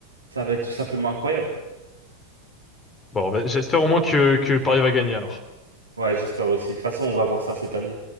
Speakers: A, on the right; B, on the left.
A: ça va être tout simplement incroyable.
B: Bon, bah, j'espère au moins que, que Paris va gagner alors.
A: Ouais, j'espère aussi. De toute façon, on va voir ça cette année.